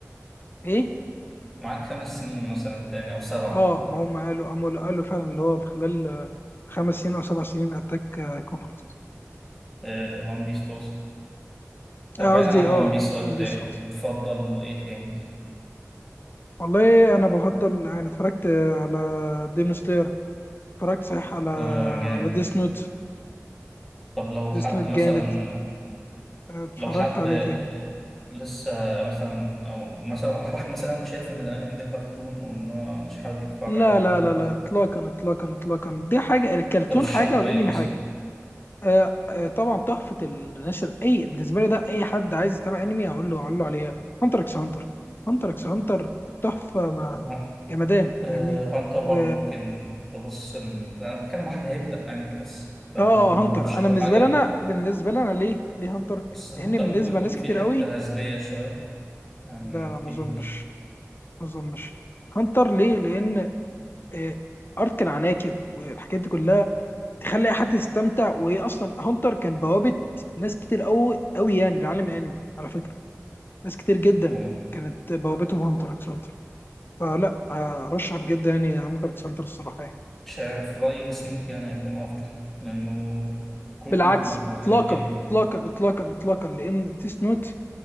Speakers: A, on the left; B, in the centre.
A: ايه
B: معاك خمس سنين مثلا تاني أو سبعة
A: اه ما هم قالوا قاموا قالوا فعلا اللي هو في خلال خمس سنين او سبع سنين اتاك هيكون خلص
B: آه، ون بيس توصل طب
A: آه،
B: بعيدا
A: قصدي
B: عن ون
A: اه
B: بيس وأتاك
A: ون بيس خلص
B: بتفضل إيه تاني؟
A: والله انا بفضل يعني اتفرجت على ديمون سلاير اتفرجت صحيح على
B: آه جامد
A: على ديس نوت
B: طب لو
A: ديس
B: حد
A: نوت
B: مثلا
A: جامد آه، اتفرجت
B: لو حد
A: على
B: آه،
A: ايه تاني
B: لسه مثلا أو مثلا واحد مثلا شايف إن الأنمي ده كرتون وإن هو مش حابب يتفرج
A: لا
B: على
A: لا
B: أنمي
A: لا لا اطلاقا اطلاقا اطلاقا دي حاجه الكرتون
B: ترشح
A: حاجه
B: له
A: والانمي
B: إيه مثلا؟
A: حاجه آه، آه، طبعا تحفه النشر اي بالنسبه لي ده اي حد عايز يتابع انمي هقول له هقول له عليها هانتر اكس هانتر هانتر اكس هانتر تحفه مع
B: طب
A: جمدان
B: آه،
A: فاهمني
B: هانتر
A: و
B: برضه ممكن تبص إن أنا بتكلم واحد هيبدأ أنمي لسه فممكن
A: اه هانتر
B: نرشح
A: انا
B: له
A: بالنسبه
B: حاجة
A: لي انا بالنسبه لي انا ليه ليه هانتر
B: بس هانتر
A: لان بالنسبه
B: ممكن يكون
A: لناس
B: في
A: كتير
B: حتة
A: قوي
B: هزلية شوية يعني
A: لا لا ما
B: في
A: اظنش ما اظنش هانتر ليه لان آه، ارك العناكب والحاجات دي كلها تخلي اي حد يستمتع وهي اصلا هانتر كان بوابه ناس كتير قوي قوي يعني لعالم الانمي على فكره ناس كتير جدا
B: اه
A: كانت بوابتهم هانتر اكس هانتر فلا آه، ارشح بجد يعني هانتر اكس هانتر الصراحه يعني
B: مش عارف رأيي بسنوك يعني هيكون أفضل لأنه كله
A: بالعكس اطلاقا
B: جدي
A: اطلاقا اطلاقا اطلاقا لان ديس نوت